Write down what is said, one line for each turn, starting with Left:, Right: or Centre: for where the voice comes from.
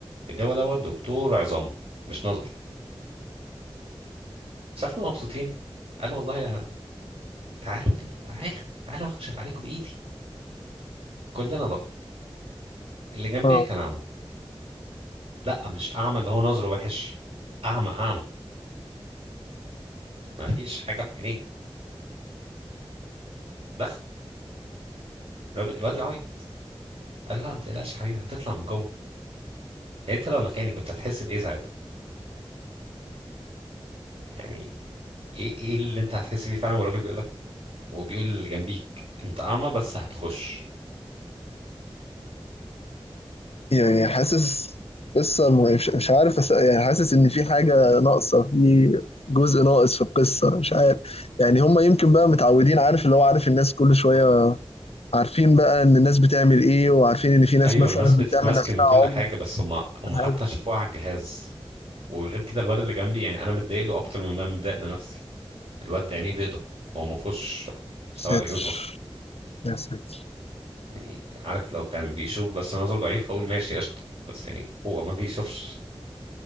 Right: اللواء دوت دكتور عظام مش نظر شافنا مبسوطين قال والله أنا- تعالوا كده تعالوا تعالوا اكشف عليكم بايدي كلنا لا اللي جنبي
Left: آه
Right: كان اعمى لا مش اعمى اللي هو نظره وحش اعمى اعمى ما فيش حاجه في عينيه دخل الراجل- الواد يعيط قال له لا ما تقلقش يا حبيبي هتطلع من جوه يعني انت لو مكاني كنت هتحس بايه ساعتها يعني ايه ايه اللي انت هتحس بيه فعلا والراجل بيقول لك وبيقول اللي جنبيك انت اعمى بس هتخش
Left: يعني حاسس قصة م- مش مش عارف أس... يعني حاسس إن في حاجة ناقصة في جزء ناقص في القصة مش عارف يعني هما يمكن بقى متعودين عارف اللي هو عارف الناس كل شوية عارفين بقى إن الناس بتعمل إيه وعارفين إن في ناس
Right: ايوه
Left: مثلا
Right: الناس بتتمسكن
Left: بتعمل نفسها
Right: وكل حاجه
Left: عمر
Right: بس هم هم حتى
Left: حاجة
Right: شافوها على الجهاز وغير كده الواد اللي جنبي يعني انا متضايق له اكتر من إن انا متضايق لنفسي الواد ده عينيه بيضه هو ما فيهوش سواد
Left: ساتر
Right: عيون اصلا
Left: يا ساتر
Right: يعني عارف لو كان بيشوف بس نظره ضعيف هقول ماشي قشطة بس يعني هو ما بيشوفش